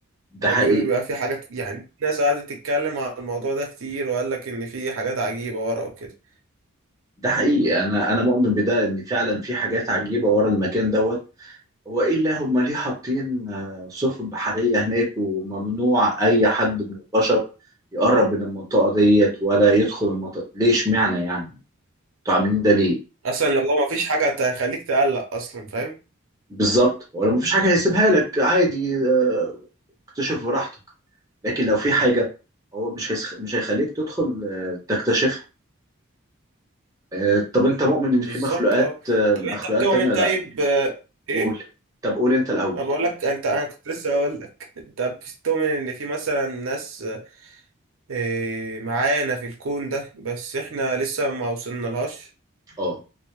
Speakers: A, on the right (about 15°); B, on the right (about 70°).
A: ده
B: أو
A: حقيقي
B: بيقولوا بيبقى في حاجات يعني في ناس قعدت تتكلم على الموضوع ده كتير وقال لك إن في حاجات عجيبة ورا وكده
A: ده حقيقي انا انا مؤمن بده ان فعلا في حاجات عجيبه ورا المكان دوت هو ايه اللي هم ليه حاطين آه، سفن بحريه هناك وممنوع اي حد من البشر يقرب من المنطقه ديت ولا يدخل المنطقه ليش معنى يعني انتوا عاملين ده ليه
B: أصلا لو هو ما فيش حاجة هتخليك تقلق أصلا فاهم
A: بالظبط هو لو مفيش حاجه هيسيبها لك عادي آه، اكتشف براحتك لكن لو في حاجه هو مش هيسخ... مش هيخليك تدخل آه، تكتشفها آه، طب انت مؤمن ان
B: بالظبط
A: في مخلوقات
B: اه
A: آه،
B: طب
A: مخلوقات
B: انت بتؤمن
A: تانية ولا
B: طيب
A: لا
B: آه، ايه
A: قول طب قول انت الاول
B: ما بقول لك انت انا كنت لسه هقول لك انت بتؤمن ان في مثلا ناس إيه معانا في الكون ده بس احنا لسه ما وصلنا لهاش
A: اه